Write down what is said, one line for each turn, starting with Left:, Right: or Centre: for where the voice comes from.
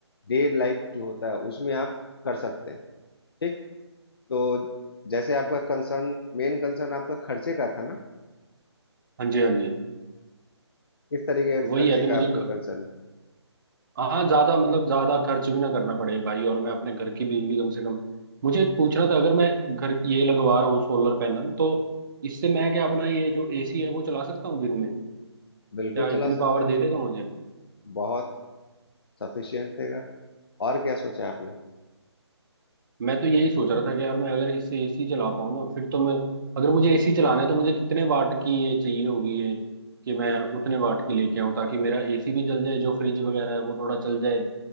Left: डे लाइट जो होता है उसमें आप कर सकते हैं ठीक तो जैसे आपका कंसर्न मेन कंसर्न आपका खर्चे का था ना
Right: हाँ जी हाँ जी
Left: किस तरीके का
Right: वही
Left: खर्चे
Right: है कि
Left: का
Right: मुझे
Left: आपका कंसर्न है
Right: हाँ ज्यादा मतलब ज्यादा खर्च भी ना करना पड़े भाई और मैं अपने घर की बिजली कम से कम मुझे एक पूछना था अगर मैं घर ये लगवा रहा हूँ सोलर पैनल तो इससे मैं क्या अपना ये जो एसी है वो चला सकता हूँ दिन में
Left: बिल्कुल
Right: क्या
Left: चला
Right: इतनी
Left: सकते
Right: पावर
Left: हैं
Right: दे देगा मुझे
Left: बहुत सफिशियंट रहेगा और क्या सोचा है आपने
Right: मैं तो यही सोच रहा था कि यार मैं अगर इससे एसी चला पाऊँ ना फिर तो मैं अगर मुझे एसी चलाना है तो मुझे कितने वाट की ये चाहिए होगी ये कि मैं उतने वाट की लेके आऊँ ताकि मेरा एसी भी चल जाए जो फ्रिज वगैरह है वो थोड़ा चल जाए